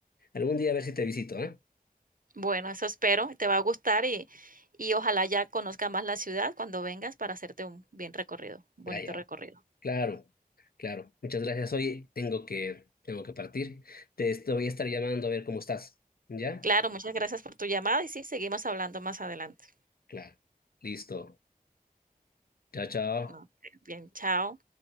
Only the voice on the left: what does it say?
Algún día a ver si te visito, ¿eh?
Ah, ya.
Claro, claro. Muchas gracias. Oye, tengo que, tengo que partir. Te estoy, voy a estar llamando a ver cómo estás. ¿Ya?
Claro. Listo. Chao, chao.